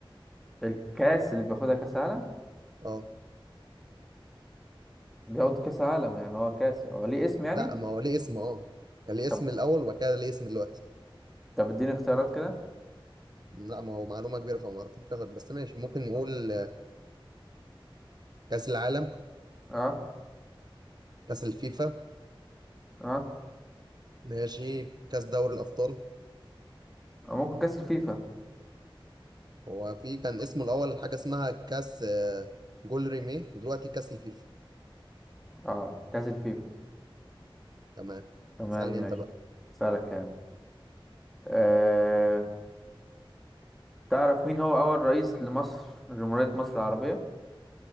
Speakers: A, in the centre; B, on the right (about 50°).
A: الكاس اللي بياخدها كاس عالم
B: اه
A: بياخد كاس عالم يعني هو كاس هو ليه اسم يعني؟
B: لا ما هو ليه اسم اه كان ليه اسم
A: طب
B: الاول وبعد كده ليه اسم دلوقتي
A: طب اديني اختيارات كده
B: لا ما هو معلومه كبيره فما اعرفش تاخد، بس ماشي ممكن نقول آه، كاس العالم
A: اه
B: كاس الفيفا
A: اه
B: ماشي كاس دوري الابطال
A: أو ممكن كاس الفيفا
B: هو في كان اسمه الأول حاجة اسمها كاس آه، جول ريمي ودلوقتي كاس الفيفا
A: اه كاس الفيفا
B: تمام
A: تمام
B: اسألني
A: ماشي
B: أنت بقى
A: أسألك يعني آه. تعرف مين هو أول رئيس لمصر جمهورية مصر العربية؟